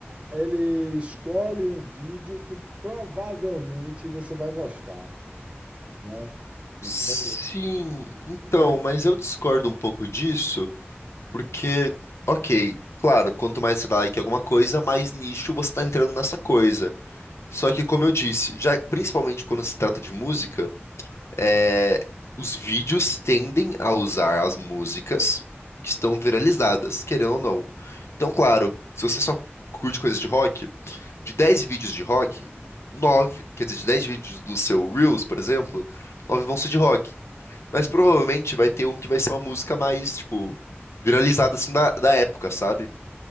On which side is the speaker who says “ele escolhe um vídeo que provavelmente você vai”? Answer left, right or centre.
Right